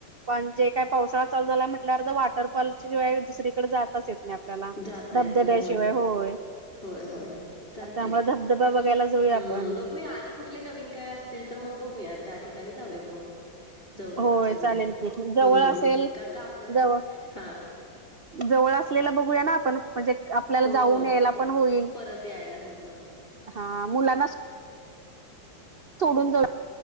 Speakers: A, on the right (about 85°); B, on the left (about 25°).
A: पण जे काय पावसाळा चालू झालाय म्हटल्या अ वॉटरफॉल शिवाय दुसरीकडे जातच येत आपल्याला
B: जाता
A: धबधब्याशिवाय
B: येत नाही
A: होय
B: होय, होय चालतंय
A: त्यामु
B: की.
A: धबधबा बघायला जाऊया
B: हं,
A: आपण
B: बघूया आणि कुठले नवीन काय असतील तर मग बघूया त्या ठिकाणी जाऊयात मग जवळपास
A: होय
B: वगैरे
A: चालेल
B: हम्म
A: की जवळ असेल
B: कारण का आपल्याला
A: जवळ
B: हा
A: जवळ असलेलं बघूया ना आपण म्हणजे आपल्याला
B: हो,
A: जाऊन
B: हो
A: यायला पण होईल
B: परत यायला होईल होय.
A: हा मुलाना सोडून जाऊ.